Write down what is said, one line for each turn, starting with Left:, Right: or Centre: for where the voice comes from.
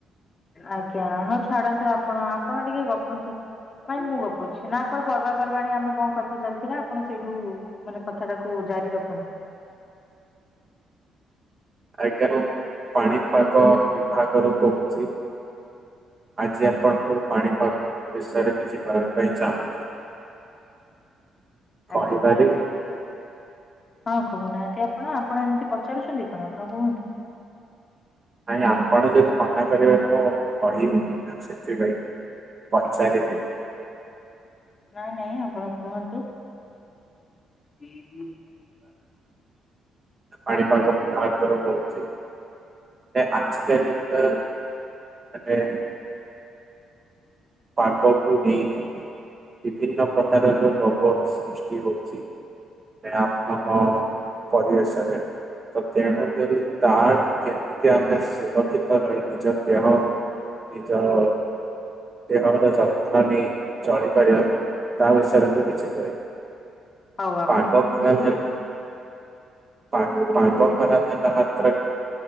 Left: ଆଜ୍ଞା ହଁ ଛାଡନ୍ତୁ ଆପଣ ଆପଣ ଟିକେ ଗପନ୍ତୁ? ନାଇଁ ମୁଁ ଗପୁଛି ନା ଆପଣ ପର୍ବାପର୍ବାଣଣି ଆମେ କଣ କର? କଥା ଚାଲିଥିଲା ଆପଣ ସେଇଠୁ ମାନେ କଥାଟାକୁ ଜାରି ରଖନ୍ତୁ।
Right: ଆଜ୍ଞା ମୁଁ ପାଣିପାଗ ବିଭାଗରୁ କହୁଛି। ଆଜି ଆପଣଙ୍କୁ ପାଣି ପାଗ ବିଷୟରେ କିଛି କହିବା ପାଇଁ ଚାହୁଁଛି। କଣପାରିବି?
Left: ଆଜ୍ଞା ହଁ କହୁନାହାନ୍ତି ଆପଣ ଆପଣ ଏମିତି ପଚାରୁଛନ୍ତି କଣ ଆପଣ କୁହନ୍ତୁ?
Right: ନାଇଁ ଆପଣ ଯଦି ମନା କରିବେ ମୁଁ କହିବିନି ସେଥିପାଇଁ। ପଞ୍ଚାରିବି।
Left: ନାଇଁ ନାଇଁ ଆପଣ କୁହନ୍ତୁ? ହୁଁ ହୁଁ।
Right: ପାଣି ପାଗ ବିଭାଗରୁ କହୁଛି। ଆଜିିକାଲି ତ ମାନେ ପାଗକୁ ନେଇକିନି ବିଭିନ୍ନ ପ୍ରକାରର ଦ୍ରବ ସୃଷ୍ଟି ହଉଛି। ଏ ଆମର ପରିବେଷରେ ତ ତେଣୁକରି ତା କେମିତି ଆମେ ସୁରକ୍ଷିତ ରହି ନିଜ ଦେହ ନିଜ ଅ ଦେହର ଯତ୍ନ ନେଇ ଚଳିପାରିବା ତା ବିଷୟରେ ମୁଁ କିଛି କହିବି।
Left: ହଉ ଆପଣ
Right: ପାଗ
Left: କୁହନ୍ତୁ
Right: ଖରାପ
Left: ସେ
Right: ହେଲେ ପାଗ ଖରାପ ହେଲା ମାତ୍ରକେ